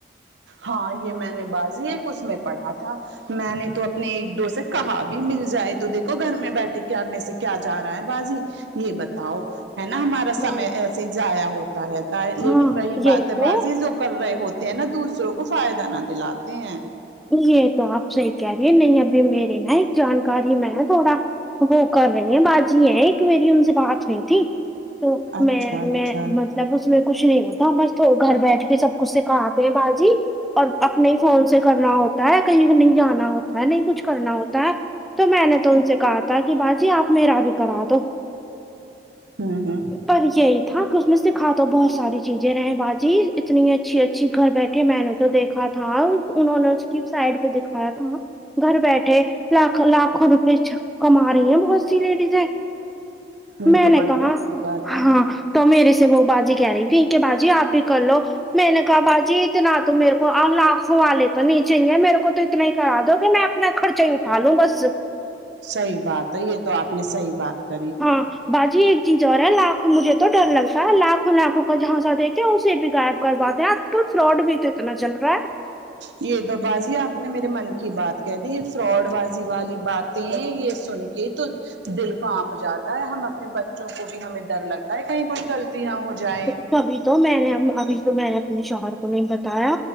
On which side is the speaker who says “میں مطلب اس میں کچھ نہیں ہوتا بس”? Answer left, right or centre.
Centre